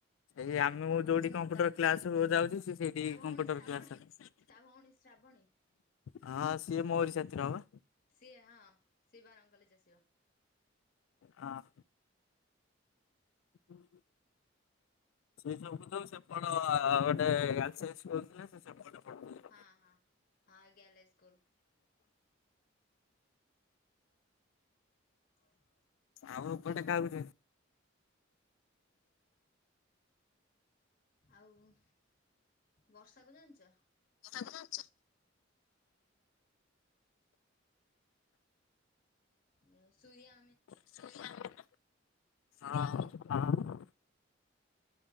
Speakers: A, on the left; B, on the left.
A: ଏଇ ଆମୁ
B: ତା
A: ଅ
B: ଭଉଣୀ
A: ଯୋଉଠି କମ୍ପୁଟର କ୍ଲାସ କୁ ଯାଉଛି ସିଏ ସେଇଠିକି
B: ତା ଭଉଣୀ
A: କମ୍ପୁଟର
B: ଶ୍ରାବଣୀ
A: କ୍ଲାସ୍ ର
B: ତା ଭଉଣୀ ଶ୍ରାବଣୀ
A: ହଁ ସିଏ ମୋରି ସାଥିରେ ହବ
B: ସିଏ ହଁ ସିଏ ବାରଙ୍ଗ କଲେଜ ଆସିବ।
A: ହଁ ହୁଁ ସେଇ ସବୁକୁତ ସେପଟ ଆ ଗୋଟେ ଗାର୍ଲ୍ ସ୍ ହାଇ ସ୍କୁଲ୍ ଥିଲା ସେ ସେପଟ ପଲଉଥିଲେ
B: ହଁ ହଁ ହଁ ଆ ଗ୍ୟାଲେ ସ୍କୁଲ <inaudible>
A: ଆଉ ଉପ ଟ କାହାକୁ ଦେ
B: ଆଉ ବର୍ଷା କୁ ଜାଣିଛ?
A: କୋଠା କୁ ଜାଣିଛ?
B: ନେଇ ସୁରିଆ
A: <unintelligible> ହ ହ